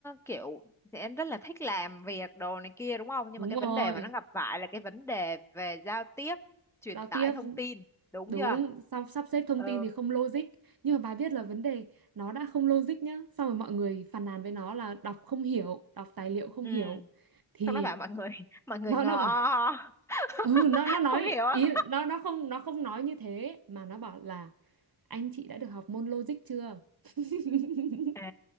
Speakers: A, in the centre; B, on the right.
A: kiểu sẽ rất là thích làm việc đồ này kia đúng không? Nhưng
B: Đúng
A: mà cái
B: rồi,
A: vấn đề mà nó gặp phải là cái vấn đề về giao tiếp, truyền
B: giao
A: tải
B: tiếp
A: thông tin, đúng
B: Đúng,
A: chưa?
B: xong sắp xếp thông
A: Ừ.
B: tin thì không logic Nhưng mà bà biết là vấn đề nó đã không logic nhá Xong rồi mọi người phàn nàn với nó là đọc không hiểu, đọc tài liệu không
A: Ừ.
B: hiểu Thì
A: Xong nó bảo mọi người <laughs> mọi người
B: nó
A: ngờ
B: nó bảo
A: o, o.
B: Ừ, nó
A: <laughs>
B: nó nói
A: không hiểu á.
B: ý nó nó không nó không nói như thế mà nó bảo là anh chị đã được học môn logic chưa? <laughs>
A: Ê,